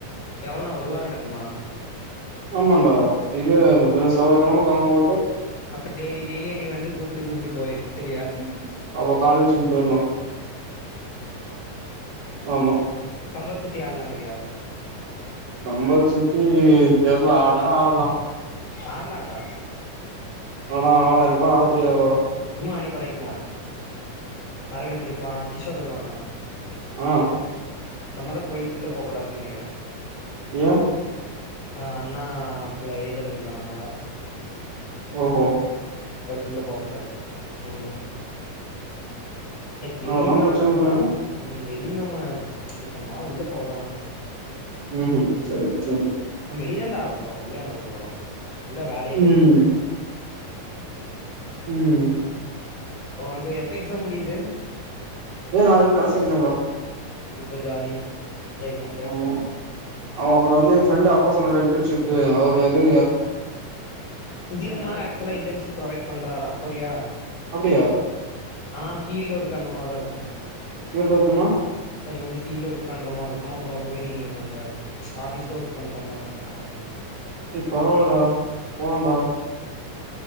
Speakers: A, on the left; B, on the right.
A: எவ்ளோனா ஒரு வார நடக்குமா
B: ஆமாண்டா இது <unintelligible> செவ்வாக்கெழம களம்புமோ
A: அப்ப டெய்லி டெய்லியு நீ வந்து கூப்புட்டு கூப்புட்டு போயிரு சரியா
B: ஆமா காலேஜும் போயிர்லா ஆமா
A: தொம்பத்துத்தி ஆட்லாங்கறியா
B: கம்பல் சுத்தி தெர்ல ஆடுனாலு ஆட்லா
A: ஆடலண்டா
B: ஆனா ஆட எனக்குல்லா ஆட தெரியாது அவ்ளோவா
A: சும்மா ஆடி பழகிக்லா அரவிந்திருப்பா கிஷோர் வருவானா
B: ஆ
A: நம்மதா கோயிலுக்குள்ள போ கூடாதுன்னு நெனைக்கிறே
B: ஏ
A: ஆ அண்ணா புள்ள ஏஜ் அட்டன் பண்ணனால
B: ஓஹோ
A: கோயிலுக்குள்ள போக்கூடாது மூணு மாசத்துக்கு இன்னைக்கி
B: அதெல்லா
A: வெளிய வேணா
B: பிரச்சன
A: நம்ம
B: இல்ல
A: ம் வெளிய நம்ம இது பண்ணலா உள்ள போக வேணா
B: ம்ஹம் செர் செரி
A: வெளியதாண்ட ஆட போறோ உள்ள ஏன்டா போறோ இல்ல வேல இல்லையே
B: ம்
A: நம்மளுக்கு
B: ம்
A: உனக்கு எப்ப எக்ஸா முடியுது
B: ஒ நாளையோட கடசி எக்ஸாம்டா
A: இப்ப ஜாலி என்ஜாய் பண்ற
B: ஆமா அவ அப்றோ வந்து ஃப்ரண்டு அப்பா சொன்னாருல்ல இன்டன்ஷிப் <unintelligible> அவுரு ஏது
A: சுதிர் அண்ணாவே ஆக்சுவலா இன்டர்ன்ஷிப் ப்ரொவைட் பண்றாரா போறியா
B: அப்டியா
A: ஆனா ஃபீல்டு ஒர்க் அந்த மாரி தா இருக்கு
B: ஃபீல்டு ஒர்க்குன்னா
A: கொஞ்சோ கொஞ்சோ ஃபீல்டு ஒர்க் பண்ணுற மார்ருக் கு அப்றோ போய் நீங்க அங்க ஆபிஸ்ல ஒர்க் பண்ற மாரி இருக்குமாமா
B: ஏ பரவால்லடா போலாண்ட